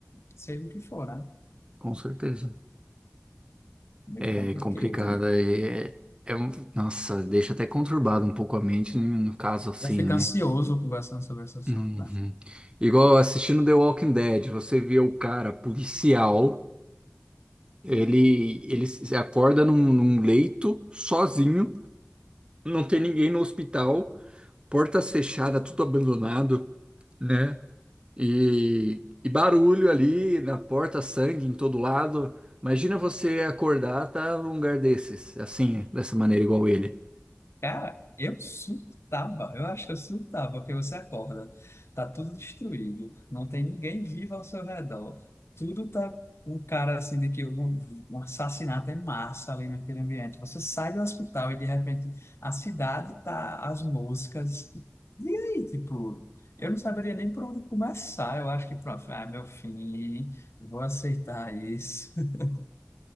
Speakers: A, on the left; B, on the right.
A: seja o que for, né?
B: Com certeza.
A: Meio
B: É
A: complicado.
B: complicada. É, é é um- nossa, deixa até conturbado um pouco a mente no, no caso assim,
A: Já fica
B: né?
A: ansioso conversando sobre esse assunto,
B: Uhum. Igual assistindo The Walking Dead, você vê o cara policial, ele, ele se acorda num, num leito, sozinho, não tem ninguém no hospital, portas fechadas, tudo abandonado, né? E, e barulho ali na porta, sangue em todo lado. Imagina você acordar, tá num lugar desses, assim, dessa maneira, igual ele.
A: Cara, eu surtava, eu acho que eu surtava, porque você acorda, tá tudo destruído, não tem ninguém vivo ao seu redor, tudo tá um cara assim de que houve um, um assassinato em massa ali naquele ambiente. Você sai do hospital e de repente a cidade tá as moscas. E aí, tipo, eu não saberia nem por onde começar. Eu acho que pronto, ah, meu fim, vou aceitar isso. <laughs>